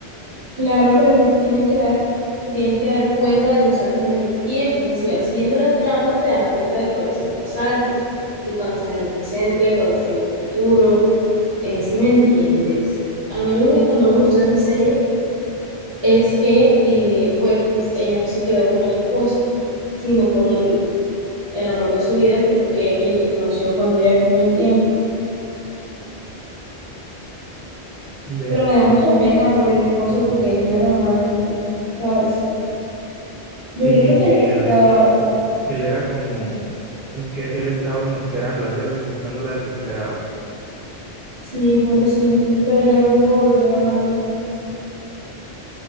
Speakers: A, on the right (about 70°); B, in the centre.
A: Claro, pero es que te tienes que dar, te tienes que dar cuenta de esos saltos en el tiempo. O sea, si vas siguiendo la trama, te das cuenta de cuáles son los saltos, de cuando está en el presente, de cuando está en el futuro. Eh, si me entiendes. A mí lo único que no me gustó de esa serie es que, eh, pues, ella no se quedó con el esposo, sino con el, el amor de su vida, que fue que, el que conoció cuando ella viajó en el tiempo.
B: Vea,
A: Pero me
B: pues.
A: da mucha pena por el esposo porque él no era mal hombre, ¿sabes?
B: Sí,
A: Yo creo que te
B: sí,
A: había Sí,
B: él,
A: contado
B: eh, él era como, el que él estaba como esperándola, ¿cierto? Y buscándola desesperado.
A: Sí, pobrecito, pero ya no pudo volver a amarlo.